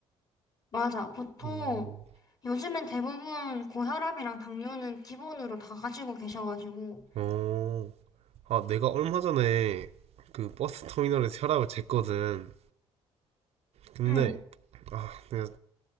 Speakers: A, on the left; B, on the right.
A: 맞아 보통
B: 음.
A: 요즘엔 대부분 고혈압이랑 당뇨는 기본으로 다 가지고 계셔가지고
B: 어, 아, 내가 얼마 전에 그 버스 터미널에서 혈압을 쟀거든. 근데
A: 응
B: 아, 내가